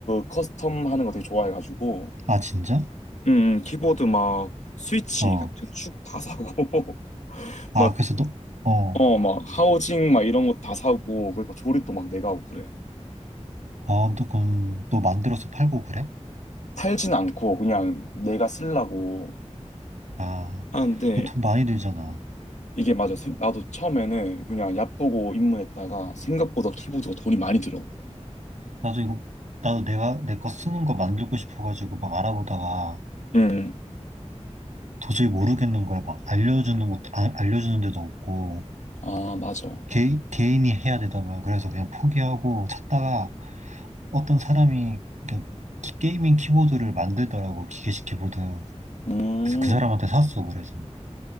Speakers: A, on the left; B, on the right.
A: 커스텀 하는 거 되게 좋아해가지고,
B: 아, 진짜?
A: 음, 음. 키보드 막 스위치
B: 어.
A: 같은 축 다 사고, <laughs>
B: 아,
A: 막,
B: 그래서 너, 어.
A: 어, 막 하우징 막 이런 거 다 사고, 그리고 조립도 막 내가 하고 그래.
B: 아, 너 그럼 너 만들어서 팔고 그래?
A: 팔진 않고 그냥 내가 쓰려고
B: 아,
A: 하는데,
B: 이거 돈 많이 들잖아.
A: 이게 맞아. 생- 나도 처음에는 그냥 얕보고 입문했다가 생각보다 키보드가 돈이 많이 들어.
B: 나도 이거, 나도 내가, 내 거 쓰는 거 만들고 싶어가지고 막 알아보다가
A: 음,
B: 도저히 모르겠는 거야. 막 알려주는 것도, 아- 알려주는 데도 없고,
A: 아, 맞아.
B: 개, 개인이 해야 되더만. 그래서 그냥 포기하고 찾다가 어떤 사람이 그 기- 게이밍 키보드를 만들더라고, 기계식 키보드.
A: 음,
B: 그래서 그 사람한테 샀어, 그래서.